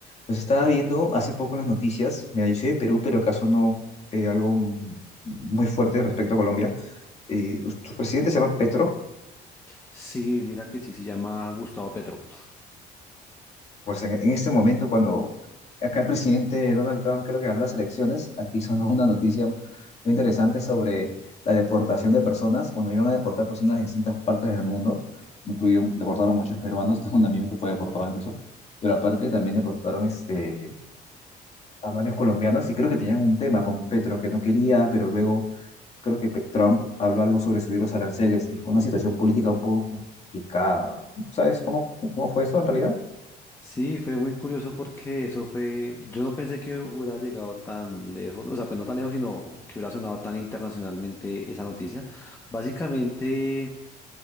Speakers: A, on the left (about 40°); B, on the left (about 15°).
A: Pues estaba viendo hace poco en las noticias, mira, yo soy de Perú, pero acaso no eh, algo muy fuerte respecto a Colombia. Eh, su presidente se llama Petro,
B: Sí, mira que sí se llama Gustavo Petro.
A: pues en, en este momento cuando acá el presidente Donald Trump creo que ganó las elecciones, aquí sonó una noticia muy interesante sobre la deportación de personas. Bueno, iban a deportar personas de distintas partes del mundo, incluido deportaron muchos peruanos, <laughs> tengo un amigo que fue deportado incluso, pero aparte también deportaron este, a varios colombianos y creo que tenían un tema con Petro que no quería, pero luego creo que Pe- Trump habló algo sobre subir los aranceles y fue una situación política un poco complicada. ¿Sabes cómo, cómo fue eso en realidad?
B: Sí, fue muy curioso porque eso fue, yo no pensé que hubiera llegado tan lejos, o sea, pues no tan lejos, sino que hubiera sonado tan internacionalmente esa noticia. Básicamente...